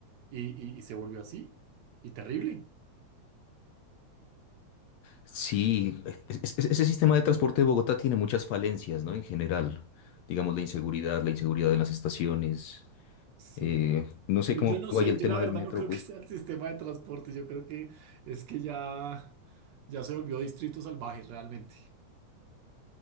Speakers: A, on the right; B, on the left.
A: Y, y- y se volvió así, y terrible.
B: Sí, es- es- ese sistema de transporte de Bogotá tiene muchas falencias, ¿no? En general, digamos la inseguridad, la inseguridad en las estaciones,
A: Sí.
B: eh, no sé
A: Yo
B: cómo
A: no
B: vaya
A: sé,
B: el
A: yo
B: tema
A: la verdad
B: del metro,
A: no creo
B: pues.
A: que sea el sistema de transporte, yo creo que es que ya, ya se volvió distrito salvaje realmente.